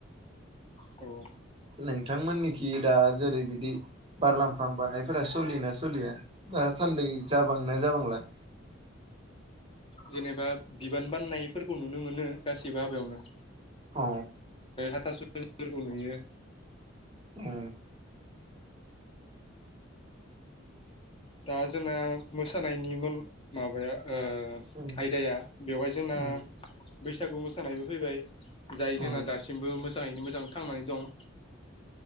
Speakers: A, on the left (about 30°); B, on the right (about 30°).
A: थायो।
B: नोंथांमोननिखि दा जेरै बिदि बारलामफाम बारनायफोरा सलियोना सलिया दासान्दै जाबांना जाबांला।
A: जेनेबा बिबान बान्नायफोरखौ नुनो मोनो। गाससिबो हाबायावनो।
B: औ
A: ओ हाथासुफोरखौ नुयो।
B: औ।
A: दा जोंना मोसानायनिमोन। माबाया ओ
B: उम
A: आयदाया बेवहाय जोंना।
B: उम
A: बैसागु मोसानायबो फैबाय। जाय जोंना
B: उम
A: दासिमबो मोजाङैनो मोजां। थांनानै दं